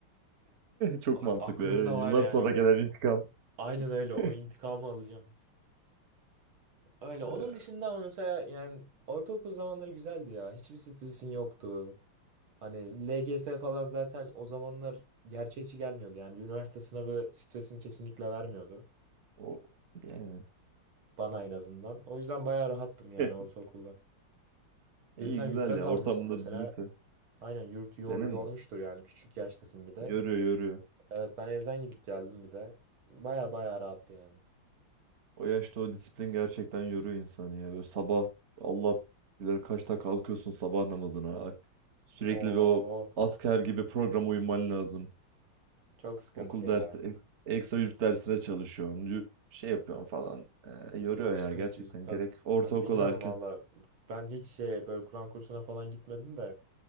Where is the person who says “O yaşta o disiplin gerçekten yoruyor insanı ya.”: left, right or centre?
Right